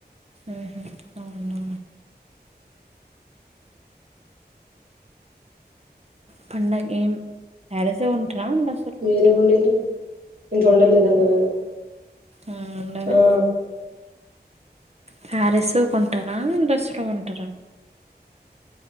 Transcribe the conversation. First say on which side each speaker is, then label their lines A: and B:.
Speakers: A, on the right (about 40°); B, on the right (about 60°).
A: ఓహో అవునా పండగ ఏం శారీసే కొంటారా డ్రెస్సులు
B: మీరేమి
A: కొంటారా
B: ఓడిన్రు ఇంకా ఉండలేద అన్నారు కదా
A: ఆహ్ ఒండాలే
B: ఆ
A: పారిస్ కొ టారా ఇండస్ లో ఉంటారా